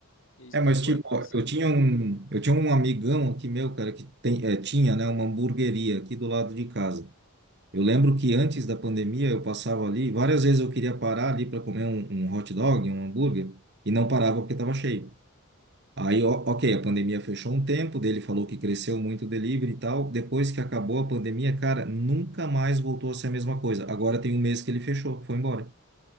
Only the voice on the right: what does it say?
É,
mas
tipo,
ó, eu tinha um, eu tinha um amigão aqui meu, cara, que tem, eh, tinha, né, uma hamburgueria aqui do lado de casa. Eu lembro que antes da pandemia eu passava ali, várias vezes eu queria parar ali para comer um, um hot dog, um hambúrguer, e não parava porque estava cheio. Aí, ó, ok, a pandemia fechou um tempo, dele falou que cresceu muito o delivery e tal. Depois que acabou a pandemia, cara, nunca mais voltou a ser a mesma coisa. Agora tem um mês que ele fechou, foi embora.